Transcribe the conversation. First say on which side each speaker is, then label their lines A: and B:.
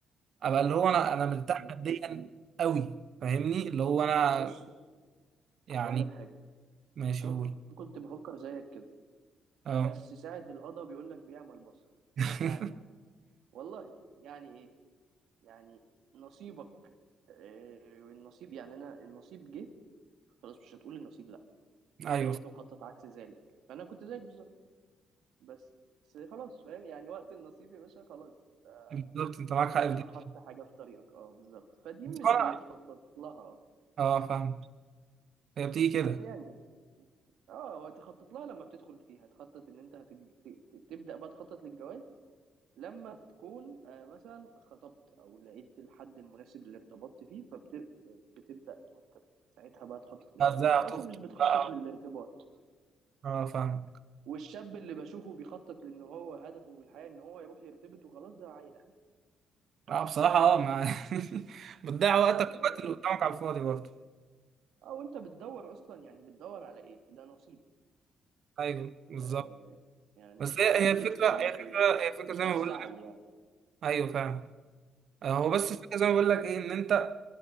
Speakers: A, on the right; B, on the right.
A: ابقى اللي هو انا انا مرتاح
B: م-
A: ماديا قوي فاهمني اللي هو انا
B: بص
A: يعني
B: هقول لك حاجة
A: ماشي
B: أنا
A: قول
B: كنت بفكر زيك كده
A: اه
B: بس ساعة القضاء بيقول لك بيعمى البصر
A: <laughs>
B: يعني والله يعني ايه يعني نصيبك آه، النصيب يعني انا النصيب جه خلاص مش هتقول النصيب لا حتى
A: ايوه
B: لو انت مخطط عكس ذلك فانا كنت زيك بالظبط بس خلاص فاهم يعني وقت النصيب يا باشا خلاص انت
A: بالظبط انت معاك
B: ربنا
A: حق في دي
B: حط حاجة في طريقك اه بالظبط فدي
A: بس
B: مش
A: انا
B: بيتخطط لها
A: اه فاهم هي بتيجي كده
B: يعني اه هو تخطط لها لما بتدخل فيها تخطط ان انت هتج... ت- ت- تبدأ بقى تخطط للجواز لما تكون آه، مثلا خطبت او لقيت الحد المناسب اللي ارتبطت فيه فبتبدا ان انت ساعتها بقى تخطط للجواز
A: ازاي
B: لكن
A: هتخطب
B: مش بتخطط
A: بقى
B: للارتباط
A: اه فاهم
B: والشاب اللي بشوفه بيخطط لان هو هدفه في الحياه ان هو يروح يرتبط وخلاص ده عيل أهبل.
A: اه بصراحه اه ما <laughs> بتضيع
B: اه
A: وقتك ووقت
B: ده
A: اللي قدامك على الفاضي برضه
B: او انت بتدور اصلا يعني بتدور على ايه ده نصيب
A: ايوه بالظبط
B: آه يعني
A: بس
B: ما
A: هي هي
B: ما
A: الفكره
B: فيهوش تدوير
A: هي الفكره
B: هي مش-
A: هي الفكره
B: ما
A: زي
B: فيهاش
A: ما بقول
B: سعي
A: لك
B: يعني
A: ايوه فاهم آه، هو
B: مم.
A: بس الفكره زي ما بقول لك ايه ان انت